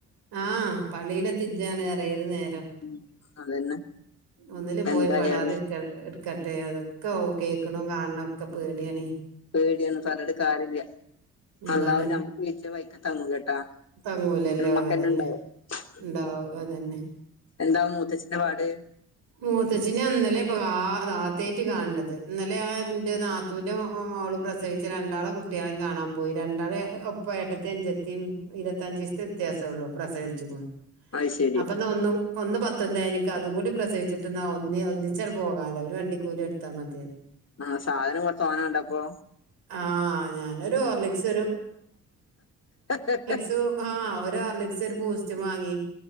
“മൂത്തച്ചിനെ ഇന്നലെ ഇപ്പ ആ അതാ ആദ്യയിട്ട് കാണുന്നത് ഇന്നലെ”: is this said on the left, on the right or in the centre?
Right